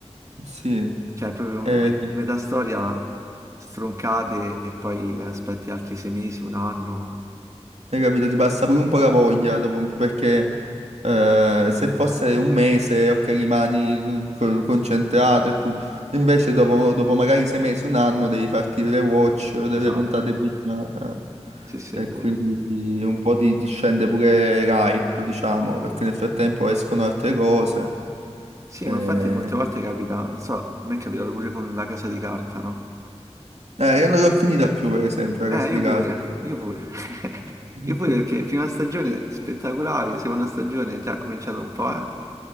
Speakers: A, on the right; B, on the right.
A: Sì.
B: Cioè, proprio
A: Eh,
B: me- metà storia stroncate e poi aspetti altri sei mesi, un anno.
A: Hai capito? Ti passa pure un po' la voglia dopo un po' perché eh, se fosse un mese, ok, rimani co- concentrato e tutto. Invece dopo, dopo magari sei mesi, un anno, devi farti le watch delle
B: Esatto,
A: puntate prima. eh.
B: sì, sì, è vero.
A: E quindi un po' ti, ti scende pure l'hype, diciamo, perché nel frattempo escono altre cose.
B: Sì,
A: Eh,
B: ma infatti molte volte capita, non so, a me è capitato pure con La Casa di Carta, no?
A: eh, io non l'ho finita più, per esempio, la casa
B: Eh, io
A: di
B: pure,
A: carta.
B: io pure. <laughs>
A: <laughs>
B: Io pure perché prima stagione spettacolare, seconda stagione è già cominciato un po', eh.